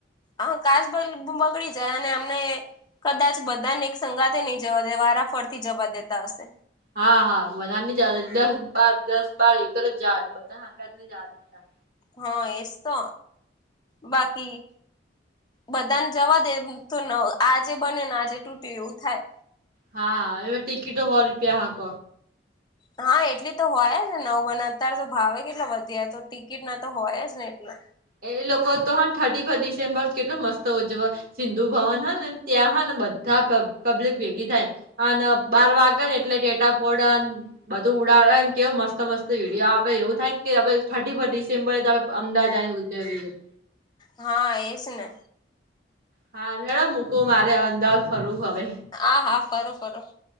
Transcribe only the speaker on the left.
હા કાાસબ બગડી જાય અને અમને કદાચ બધાને એક સંગાતે નહી જવા દે વારાફરથી જવા દેતા હશે
હા એ તો બાકી બધાને જવા દે એમ તો ન આજે બને ને આજે તૂટે્યું એવું થાય
હા એટલી તો હોય જ ને નવ બને અત્યારે તો ભાવે કેટલા વધી જ તો ટિકિટ ના તો હોય જ ને એટલા
હા એજ ને
હા હા ફરો ફરો